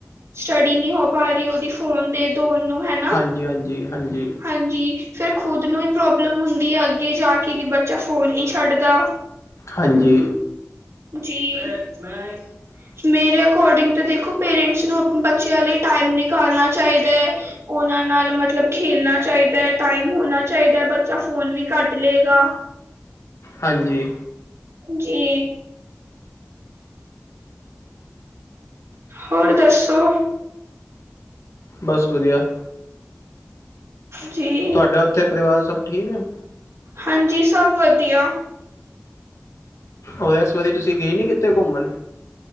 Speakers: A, on the right; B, on the left.
A: ਸਟੱਡੀ ਨਹੀਂ ਹੋ ਪਾ ਰਹੀ ਉਹਦੀ ਫੋਨ ਦੇ ਦੋ ਉਹਨੂੰ ਹੈ।
B: ਹਾਂਜੀ ਹਾਂਜੀ ਹਾਂਜੀ,
A: ਹਾਂਜੀ, ਫਿਰ ਖੁਦ ਨੂੰ ਹੀ ਪ੍ਰੋਬਲਮ ਹੁੰਦੀ ਹੈ, ਅੱਗੇ ਜਾ ਕੇ ਕਿ ਬੱਚਾ ਫੋਨ ਨਹੀਂ ਛੱਡਦਾ।
B: ਹਾਂਜੀ,
A: ਜੀ ਮੈਂ,
B: <unintelligible>
A: ਮੇਰੇ ਅਕੋਰਡਿੰਗ ਤਾਂ ਦੇਖੋ ਪੇਰੈਂਟਸ ਨੂੰ ਆਪਣੇ ਬੱਚਿਆਂ ਲਈ ਟਾਈਮ ਨਿਕਾਲਣਾ ਚਾਹੀਦਾ ਹੈ। ਉਹਨਾਂ ਨਾਲ ਮਤਲਬ ਖੇਲਣਾ ਚਾਹੀਦਾ ਹੈ ਟਾਈਮ ਹੋਣਾ ਚਾਹੀਦਾ ਬੱਚਾ ਫੋਨ ਵੀ ਘੱਟ ਲਏਗਾ।
B: ਹਾਂਜੀ।
A: ਜੀ ਹੋਰ ਦੱਸੋ?
B: ਬਸ ਵੱਧੀਆ।
A: ਜੀ
B: ਤੁਆਡਾ ਓੱਥੇ ਪਰਿਵਾਰ ਸਭ ਠੀਕ ਹੈ?
A: ਹਾਂਜੀ, ਸਭ ਵਧੀਆ।
B: ਔ ਐਸ ਵਾਰੀ ਤੁਸੀਂ ਗਏ ਨੀ ਕਿੱਤੇ ਘੁੰਮਣ?